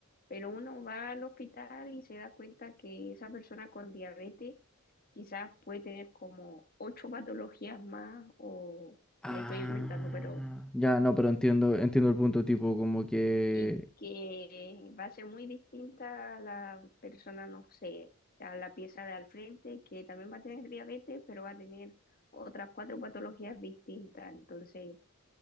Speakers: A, on the left; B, in the centre.
A: Pero uno va al hospital y se da cuenta que esa persona con diabetes quizás puede tener como ocho patologías más o,
B: Ah,
A: me estoy inventando, pero
B: ya, no, pero entiendo, entiendo el punto, tipo, como que,
A: y que va a ser muy distinta a la persona, no sé, a la pieza de al frente, que también va a tener diabetes, pero va a tener otras cuatro patologías distintas. Entonces,